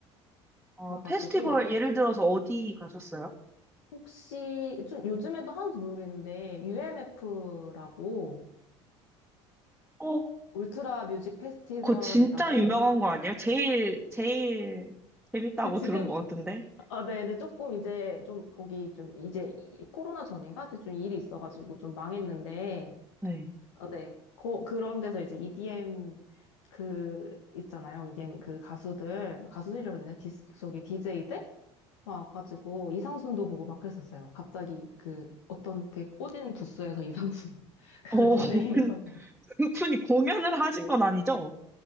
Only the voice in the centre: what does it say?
어,
페스티벌 예를 들어서 어디 가셨어요?
어,
그거 진짜 유명한 거 아니에요? 제일, 제일 재밌다고
들은 것 같은데?
네.
어,
<laughs> 근, 그분이 공연을 하신 건 아니죠?